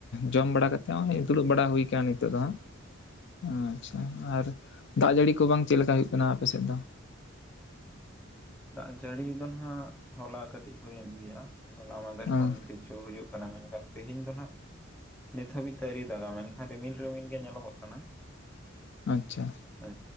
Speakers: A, on the left (about 60°); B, in the centre.
A: ᱡᱚᱢ ᱵᱟᱲᱟ ᱠᱟᱛᱮᱫ ᱦᱚᱸᱜ ᱫᱩᱲᱩᱵ ᱵᱟᱲᱟ ᱦᱩᱭ ᱟᱠᱟᱱᱟ ᱱᱤᱛᱚᱜ ᱫᱚ ᱦᱟᱸᱜ ᱚ ᱟᱪᱪᱷᱟ ᱟᱨ ᱫᱟᱜ ᱡᱟᱹᱲᱤ ᱠᱚ ᱵᱟᱝ ᱪᱮᱫ ᱞᱮᱠᱟ ᱦᱩᱭᱩᱜ ᱠᱟᱱᱟ ᱟᱯᱮ ᱥᱮᱫ ᱫᱚ
B: ᱫᱟᱜ ᱡᱟᱹᱲᱤ ᱫᱚ ᱱᱟᱦᱟᱸᱜ ᱦᱚᱞᱟ ᱠᱟᱹᱴᱤᱡ ᱦᱩᱭᱮᱱ ᱜᱮᱭᱟ ᱦᱚᱞᱟ ᱢᱟᱦᱫᱷᱮᱨ
A: ᱟᱸ
B: ᱠᱷᱚᱱ ᱠᱤᱪᱷᱩ ᱦᱩᱭᱩᱜ ᱠᱟᱱᱟ ᱢᱮᱱ ᱠᱷᱟᱱ ᱛᱮᱦᱮᱧ ᱫᱚ ᱱᱟᱜ ᱱᱤᱛ ᱦᱟᱹᱵᱤᱡ ᱛᱮ ᱟᱹᱣᱨᱤᱭ ᱫᱟᱜᱟ ᱢᱮᱱ ᱠᱷᱟᱱ ᱨᱤᱢᱤᱞ ᱨᱤᱢᱤᱞ ᱜᱮ ᱧᱮᱞᱚᱜᱚᱜ ᱠᱟᱱᱟ
A: ᱟᱪᱪᱷᱟ
B: ᱟᱹᱡ